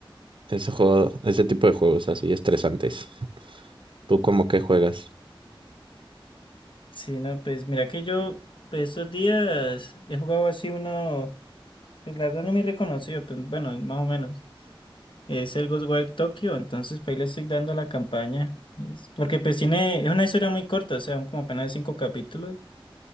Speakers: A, on the right (about 60°); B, on the left (about 65°).
A: ese juego, ese tipo de juegos así estresantes. <laughs> ¿Tú cómo que juegas?
B: Sí, no, pues mira que yo pues, estos días he jugado así uno, pues la verdad no me reconocido, pues bueno, más o menos. Es el Ghostwire Tokyo, entonces pues ahí le estoy dando la campaña. Es- Porque pues tiene, es una historia muy corta, o sea, como apenas cinco capítulos.